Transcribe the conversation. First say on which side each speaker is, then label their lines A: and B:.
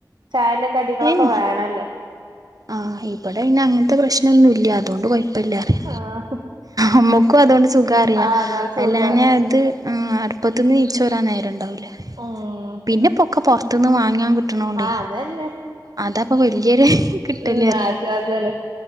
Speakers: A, on the right; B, on the right.
A: ചായന്റെ കടികളൊക്കെ
B: ഏഹ്
A: വേണല്ലോ.
B: ആഹ് ഇവിടെ അങ്ങൻത്തെ പ്രശ്നൊന്നുല്ല അതോണ്ട് കൊയപ്പില്ലറിയ.
A: ആഹ്
B: അമ്മക്കും അതോണ്ട് സുഖറിയാ
A: ആഹ് അതാ സുഖ
B: അല്ലഞ അത് <unintelligible> പ്പത്തീന് നീചോരാൻ നേരണ്ടാവൂല
A: ഉം
B: പിന്നെ പൊക്കെ പുറത്തുനിന്ന് വാങ്ങാൻ കിട്ട്ണോണ്ടേ
A: ആഹ് അതന്നെ
B: അതാപ്പൊ വല്യൊരു കിട്ടല്റിയ
A: ഉം ആശ്വാസല്ലേ